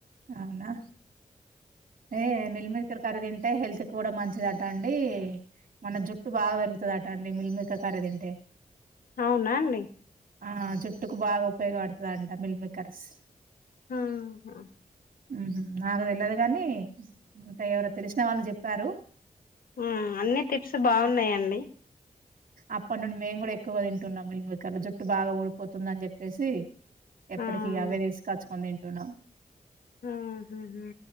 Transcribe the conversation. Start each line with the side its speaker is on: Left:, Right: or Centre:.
Right: అవునా. ఏ మిల్లిమిల్కల కర్రీ తింటే హెల్త్ కూడా మంచిదటా అండి. మన జుట్టు బాగా పెరుగుతది అట అండి మిల్మికర్ కర్రి తింటే.
Left: అవునా అండి.
Right: ఆ జుట్టుకు బాగా ఉపయోగపడుతది అంట మిల్మికర్స్.
Left: ఆహా
Right: హుహ్ నాకు తెలవదు కని అంటే ఎవరు తెలిసిన వాళ్ళు చెప్పారు.
Left: ఆ అన్ని టిప్స్ బాగున్నయండి.
Right: అప్పటి నుండి మేము కూడా ఎక్కువగా తింటున్నం మిల్మికర్లు జుట్టు బాగా ఊడిపోతుంది అని చెప్పేసి. ఎప్పటికిీ
Left: అవును.
Right: ఇగా అవే తీసుకొచ్చుకొని తింటున్నం.
Left: ఆహాహా